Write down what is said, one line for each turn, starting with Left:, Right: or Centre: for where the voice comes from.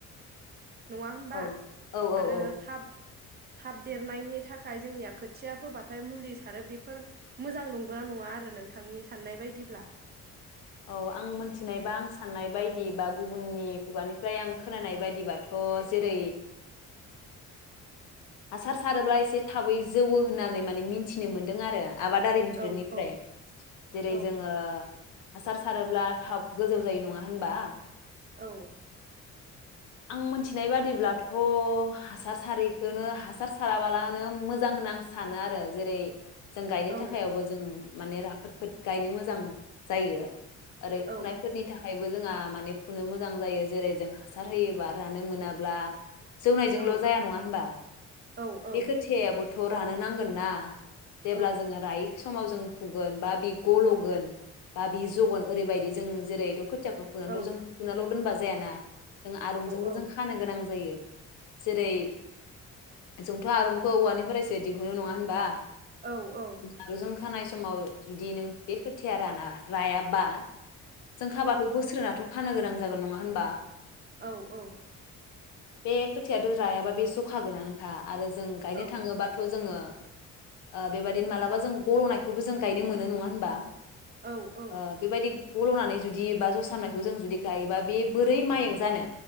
Right: नङा होनबा
Left: औ औ औ
Right: आरो
Left: औ
Right: थाब देरनायनि थाखाय जोंनिया खोथिया फोबाथाय मुलि सारो बेफोर मोजां नंगौ नङा आरो नोंथांनि साननाय बायदिब्ला।
Left: औ आं मोनथिनाय बा आं साननाय बायदिबा गुबुननि खुगानिफ्राय आं खोनानाय बायदिबाथ' जेरै हासार सारोब्ला एसे थाबै जौवो होननानै माने मिथिनो मोन्दों आरो। आबादारिफोरनिफ्राय
Right: औ औ
Left: जेरै
Right: औ
Left: जोङो हासार सारोब्ला थाब गोजौ जायो नङा होनबा।
Right: औ।
Left: आं मोनथिनाय बादिब्लाथ' हासार सारैखौनो हासार साराबालानो मोजां होनना आं सानो आरो जेरै जों गायनो
Right: औ
Left: थाखायावबो जों माने राफोदफोद गायनो मोजां जायो। ओरै
Right: औ
Left: फुनायफोरनि थाखायबो जोंहा माने फुनो मोजां जायो जेरै जों हासार। होयोबा रानो मोनाब्ला। जौनायजोंल'
Right: औ
Left: जाया नङा होनबा
Right: औ औ
Left: बे खोथियाबो। थ' रानो नांगोन ना। जेब्ला
Right: औ
Left: जोङो रायो समाव जों फुगोन बा बे गल'गोन। बा बि जगन ओरैबायदि जों जेरै द' खोथियाखौ फुनानैल
Right: औ
Left: जों फुनाल' दोनबा। जायाना। जों आरुमजोंबो
Right: औ
Left: जों खानो गोनां जायो। जेरै जोंथ' आरंखौ औवानिफ्रायसो दिहुननो नङा होनबा?
Right: औ औ।
Left: आरंजों खानाय समाव जुदि नों बे खोथिया राना रायाबा। जों खाबाथ' बोस्रोनाथ'। खानो गोनां जागोन नङा होनबा?
Right: औ औ।
Left: बे खोथियाथ'रायाबा बे जखागोनानोखा। आरो जों गायनो
Right: औ
Left: थाङोबाथ' जोङो ओ बेबायादिनो मालाबा जों ग'लनायखौबो जों गायनो मोनो नङा होनबा?
Right: औ औ
Left: ओ बेबायदि गल'नानै। जुदि बा ज'सामनायखौ जों जुदि गायोबा बे बोरै माइ जानो।